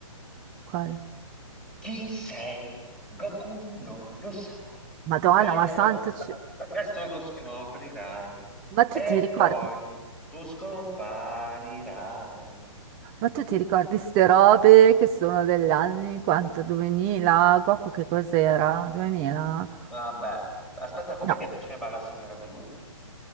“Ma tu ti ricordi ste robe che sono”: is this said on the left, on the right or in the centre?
Right